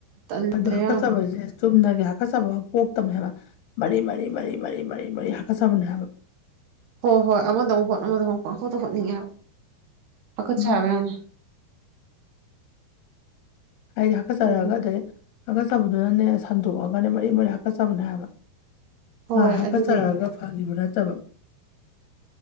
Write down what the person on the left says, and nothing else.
ꯑꯗꯣ ꯍꯥꯀꯠꯆꯕꯁꯦ
ꯆꯨꯝꯅꯒꯤ ꯍꯥꯀꯠꯆꯕ ꯑꯃ ꯄꯣꯛꯇꯕꯅꯦꯕ ꯃ ꯃꯔꯤ ꯃꯔꯤ ꯃꯔꯤ ꯃꯔꯤ ꯃꯔꯤ ꯍꯀ ꯆꯕꯅ ꯍꯥꯏꯕ
ꯎꯝ
ꯑꯩꯗꯤ ꯍꯥꯀꯠꯆꯔꯛꯒ
ꯑꯗꯩ ꯍꯥꯀꯠꯆꯕꯗꯨꯅꯅꯦ ꯁꯟꯗꯣꯛꯑꯒꯅꯦ ꯃꯔꯤ ꯃꯔꯤ ꯍꯥꯀꯠꯆꯕꯅꯦ ꯍꯥꯏꯕ
ꯉ ꯍꯥꯀꯠꯆꯔꯛꯑꯒ
ꯐꯈꯤꯕ ꯅꯠꯇꯕ